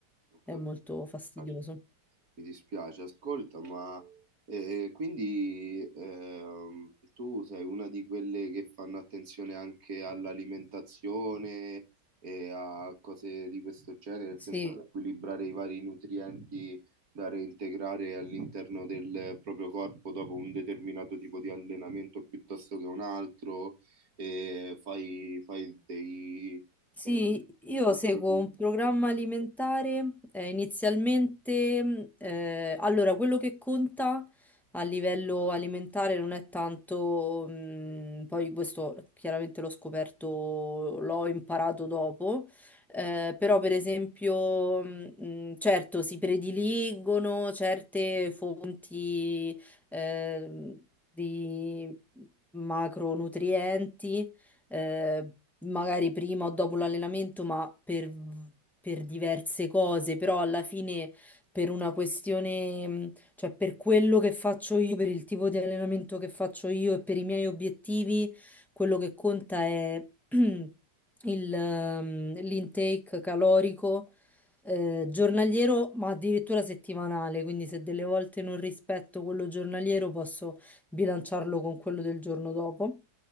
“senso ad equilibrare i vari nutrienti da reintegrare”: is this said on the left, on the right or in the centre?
Right